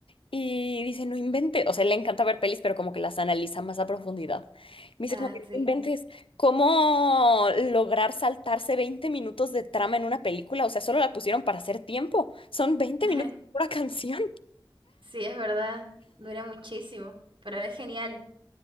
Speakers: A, on the left (about 75°); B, on the right (about 70°).
A: y dice, no inventes, o sea, le encanta ver pelis, pero como que las analiza más a profundidad. Me dice,
B: Ah,
A: como, que,
B: sí.
A: no inventes, ¿cómo lograr saltarse 20 minutos de trama en una película? O sea, solo la pusieron para hacer tiempo, son 20
B: <laughs>
A: minutos de pura canción. <laughs>
B: Sí, es verdad, dura muchísimo, pero es genial.